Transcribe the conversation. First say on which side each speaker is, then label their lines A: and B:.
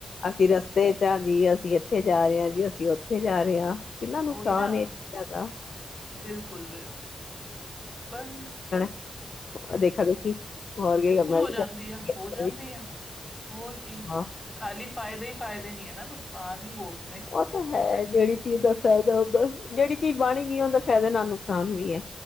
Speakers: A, on the left (about 70°); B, on the left (about 25°).
A: ਅਸੀਂ ਰਸਤੇ ਚ ਹਾਂ ਜੀ, ਅਸੀਂ ਇੱਥੇ ਜਾ ਰਹੇ ਹਾਂ ਜੀ, ਅਸੀਂ ਉੱਥੇ ਜਾ ਰਹੇ ਹਾਂ। ਕਿੰਨਾ ਨੁਕਸਾਨ
B: ਉਹੀ ਨਾ,
A: ਹੈ ਇਹ ਚੀਜ਼ਾਂ ਦਾ।
B: ਬਿਲਕੁਲ ਬਿਲ
A: ਹੋਰਾਂ ਦੇਖਾ ਦੇਖੀ ਹੋਰ ਕਹੇਗਾ
B: ਬਿਲਕੁਲ
A: ਮੈਂ
B: ਹੋ
A: ਵੀ
B: ਜਾਂਦੀ
A: ਜਾਣਾ
B: ਆ, ਹੋ ਜਾਂਦੀ ਆ। ਹੋਰ ਕੀ।
A: ਹਾਂ
B: ਖਾਲੀ ਫਾਇਦੇ ਹੀ ਫਾਇਦੇ ਨਹੀ ਹੈ ਨਾ, ਨੁਕਸਾਨ ਵੀ ਬਹੁਤ ਆ।
A: ਉਹ ਤਾਂ ਹੈ। ਜਿਹੜੀ ਚੀਜ਼ ਦਾ ਫਾਇਦਾ ਉਹਦਾ, ਜਿਹੜੀ ਚੀਜ਼ ਬਨ ਹੀ ਗਈ ਹੈ ਉਹਦਾ ਫਾਇਦੇ ਨਾਲ ਨੁਕਸਾਨ ਵੀ ਹੈ।